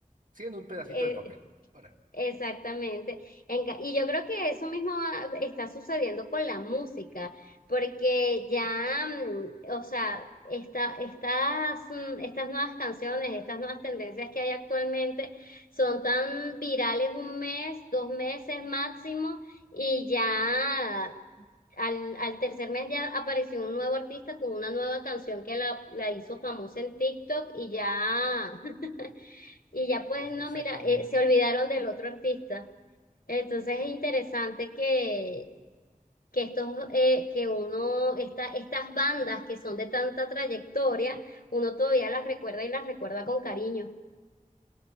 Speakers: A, on the right (about 65°); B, on the left (about 85°).
A: Sí, en un pedacito
B: Eh,
A: de papel. Ahora.
B: Exactamente. En ca- y yo creo que eso mismo va- está sucediendo con la música, porque ya, mm, o sea, esta, estas, mm, estas nuevas canciones, estas nuevas tendencias que hay actualmente son tan virales un mes, dos meses máximo, y ya al, al tercer mes ya apareció un nuevo artista con una nueva canción que la, la hizo famosa en TikTok y ya, <laughs> y ya pues
A: Exactamente.
B: no, mira, eh, se olvidaron del otro artista. Entonces es interesante que, que estos, eh, que uno, esta, estas bandas que son de tanta trayectoria, uno todavía las recuerda y las recuerda con cariño,